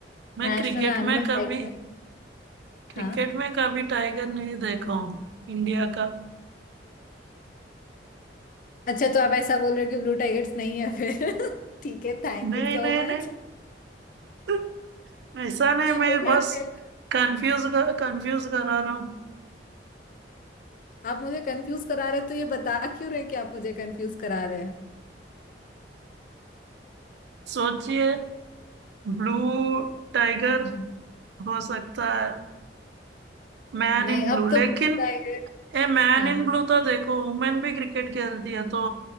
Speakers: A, on the right; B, on the left.
A: मैं
B: नेशनल
A: क्रिकेट
B: एनिमल
A: में कभी
B: टाइगर है
A: क्रिकेट
B: हाँ
A: में कभी टाइगर नहीं देखा हूँ इंडिया का
B: अच्छा तो आप ऐसा बोल रहे हो कि ब्लू टाइगर्स नहीं है फिर <laughs> ठीक है थैंक
A: नहीं
B: यू सो
A: नहीं
B: मच
A: नहीं <laughs> ऐसा नहीं मैं
B: तो मैं
A: बस
B: पहले
A: कंफ्यूज कर कंफ्यूज करा रहा हूँ
B: आप मुझे कंफ्यूज करा रहे हैं, तो ये बता क्यों रहे हैं कि आप मुझे कंफ्यूज करा रहे हैं
A: सोचिए ब्लू टाइगर
B: हम्म।
A: हो सकता है मैन
B: नहीं
A: इन ब्लू
B: अब तो
A: लेकिन
B: मुझे आएगा।
A: ए मैन
B: हाँ
A: इन
B: बता
A: ब्लू तो देखो वुमेन भी क्रिकेट खेलती है तो